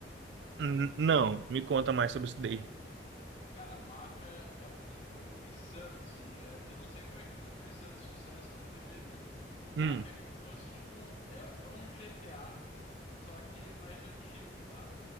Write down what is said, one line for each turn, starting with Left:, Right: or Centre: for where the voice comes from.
Right: N- não, me conta mais sobre isso daí.
Left: Cara, Mafia é um jogo insano, assim. é- eu não sei como é que não fez tanto sucesso como deveria. Mafia
Right: Hum,
Left: é como se fosse, tipo, um, é, é um GTA, só que mais antigo, tá?